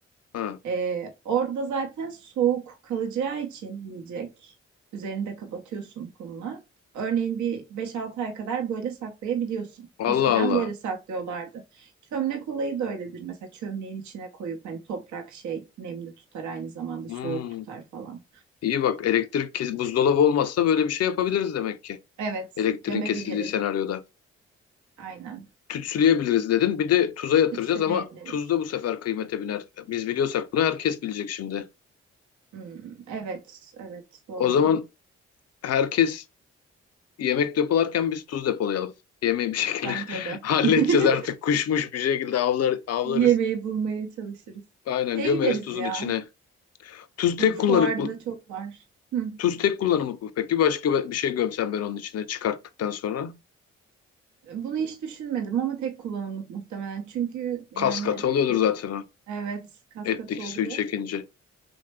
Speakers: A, on the left; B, on the right.
A: Ha.
B: E, orada zaten soğuk kalacağı için yiyecek. Üzerini de kapatıyorsun kumla. Örneğin bir beş altı ay kadar böyle saklayabiliyorsun.
A: Allah
B: Eskiden
A: Allah.
B: böyle saklıyorlardı. Çömlek olayı da öyledir. Mesela çömleğin içine koyup hani toprak şey nemli tutar aynı zamanda soğuk
A: Hmm.
B: tutar falan.
A: İyi bak elektrik kes buzdolabı olmazsa böyle bir şey yapabiliriz demek ki.
B: Evet,
A: Elektriğin
B: gömebiliriz.
A: kesildiği senaryoda.
B: Aynen.
A: Tütsüleyebiliriz dedin. Bir de tuza yatıracağız
B: Ütseleyebiliriz.
A: ama tuz da bu sefer kıymete biner. Biz biliyorsak bunu herkes bilecek şimdi.
B: Hmm, evet, evet doğru.
A: O zaman herkes yemek depolarken biz tuz depolayalım. Yemeği bir şekilde
B: Bence
A: <laughs>
B: de.
A: halledeceğiz
B: <laughs>
A: artık. Kuşmuş bir şekilde avlar, avlarız.
B: Yemeği bulmaya çalışırız.
A: Aynen
B: Şeye
A: gömeriz
B: gideriz
A: tuzun
B: ya.
A: içine. Tuz tek
B: E, Fuarda
A: kullanımlık
B: çok var. Hı.
A: Tuz tek kullanımlık mı peki? Başka bir şey gömsem ben onun içine çıkarttıktan sonra.
B: E, Bunu hiç düşünmedim ama tek kullanımlık muhtemelen. Çünkü yani
A: Kas katı oluyordur zaten o.
B: evet kaskatı
A: Etteki
B: oluyor.
A: suyu çekince.